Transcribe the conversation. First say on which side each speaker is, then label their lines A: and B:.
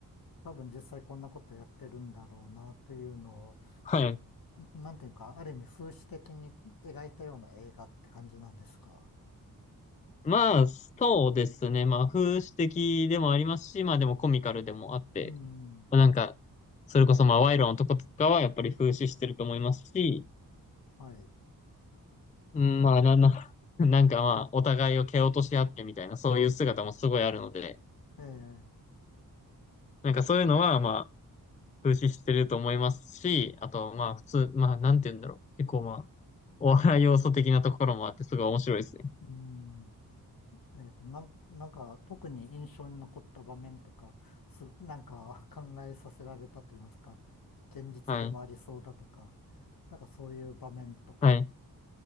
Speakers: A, on the left; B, on the left.
A: 多分実際こんなことやってるんだろうなというのを、
B: はい。
A: なんていうか、ある意味風刺的に描いたような映画って感じなんですか。
B: まあ、そうですね。まあ、風刺的でもありますし、まあでもコミカルでもあって、
A: うん。
B: まあなんか、それこそまあ、賄賂のとことかはやっぱり風刺してると思いますし、
A: はい。
B: うん、まあ、な、<laughs> な、なんかまあ、お互いを蹴落とし合ってみたいな、そういう姿もすごいあるので、
A: うん、ええ、
B: なんかそういうのはまあ、風刺してると思いますし、あとまあ、普通、まあ、なんて言うんだろう。結構まあ、お笑い要素的なところもあって、すごい面白いですね。
A: うん。えっと、なん、なんか特に印象に残った場面とか、す、なんか <laughs> 考えさせられたと言いますか、現実でもありそうだとか、
B: はい。
A: なんかそういう場面とか、
B: はい。